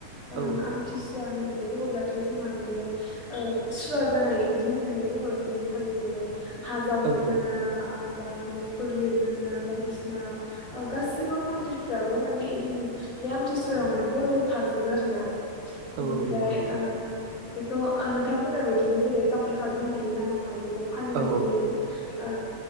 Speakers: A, on the left; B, on the right.
A: ओ
B: औ
A: आमथिसुवा होननानै बुङोब्लाथ' जोंहा माने ओ सुवा जानाय बिदि होननानै बुङो बिदिनखालि माने हा जावनो
B: औ
A: मोना
B: औ
A: बा न'फोर लिरनो मोना बायदिसिना गासिबो मन्दिरफ्राबो माने इदिन बे आमथिसुवायाव माने बन्द' थाजोबो आरोना बेनिफ्राय
B: औ औ नंगौ नंगौ
A: ओ बेखौ नोंथां बुंनाय बायदिनो जेरै कामाख्या बिमानि नामावहाय बेखौ फालिनाय
B: औ औ
A: जायो ओ